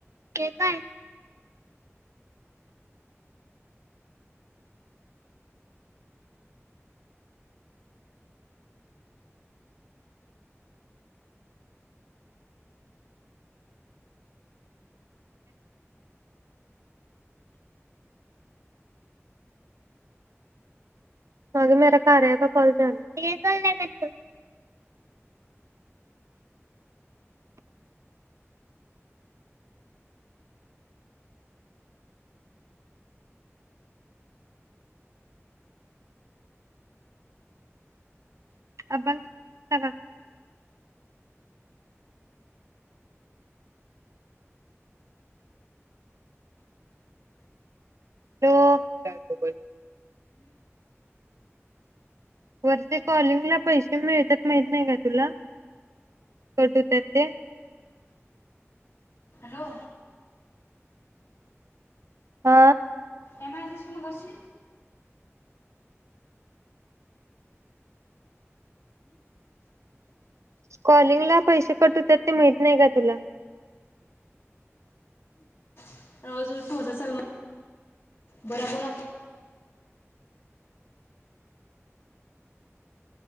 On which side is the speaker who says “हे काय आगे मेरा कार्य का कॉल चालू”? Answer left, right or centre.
Right